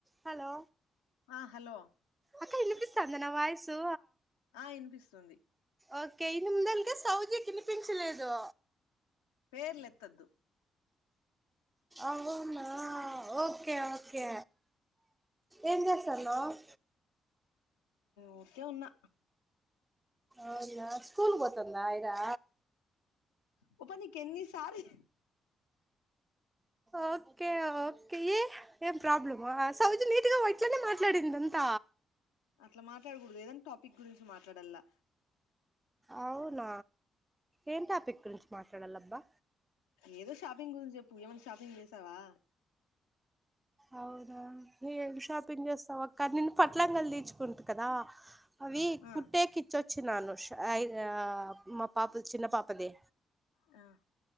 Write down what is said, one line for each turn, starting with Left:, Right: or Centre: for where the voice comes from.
Right: హలో
Left: ఆ హలో
Right: అక్క ఇనిపిస్థాందా నా వాయిసు
Left: ఆ ఇనిపిస్తుంది
Right: ఓకే ఎనిమిదలకే సౌజికిఇనిపించలేదు
Left: పేర్లెత్తద్దు
Right: అవున ఓకే ఓకే ఏం చేస్తాన్నావ్
Left: ఊరికే ఉన్నా
Right: అవునా స్కూల్ పోతంద ఐరా
Left: పప్పనికెన్ని సార్లు
Right: ఓకే ఓకే ఏ ఏ ప్రాబ్లమ్ ఆ సౌజీ నీటిగా వై ట్లనే మాట్లాడిందంత
Left: అట్లా మాట్లాడకూడదు ఏదైనా టాపిక్ గురించి మాట్లాడల్లా
Right: అవున ఏం టాపిక్ మాట్లాడలబ్బా
Left: ఏదో షపింగ్ గురించి చెప్పు ఏమై షపింగ్ చేస్తే నవా
Right: అవునా ఏం షాపింగ్ చేస్తాం అక్క నిన్ను పట్లంగలు తీచుకుంటు కదా అవి
Left: ఆ
Right: కుట్టేకిచొచ్ చ్చి నాను ఆయ్ ఆ మా పాపది చిన్న పాపది
Left: ఆ